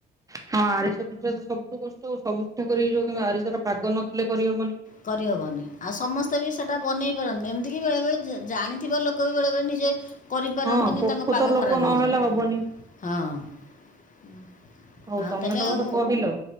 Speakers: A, on the right; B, on the left.
A: ହଁ ଆରିସା ପିଠା ତ ସବୁଠୁ କଷ୍ଟ। ସବୁ ପିଠା କରି ହେଇଯିବ କିୁନ୍ତି ଆରିସାର ପାଗ ନଥିଲେ କରିହବନି।
B: କରିହବନି ଆଉ ସମସ୍ତେ ବି ସେଟା ବନେଇ ପାରନ୍ତି ଏମିତିକି ବେଳେ ବଳେ ଜାଣିଥିବା ଲୋକ ବି ବେଳେ ବଳେ ନିଜେ। କରିପାରନ୍ତିନି
A: ହଁ ପୋଖତ
B: ତାଙ୍କ ପାଗ
A: ଲୋକ
B: ଖରାପ
A: ନହେଲେ
B: ହେଇଯାଏ
A: ହବନି
B: ହଁ।
A: ହଉ
B: ଆଉ
A: ତମେ
B: ତାହେଲେ
A: ତମତେ
B: ଆଉ
A: କହିଲ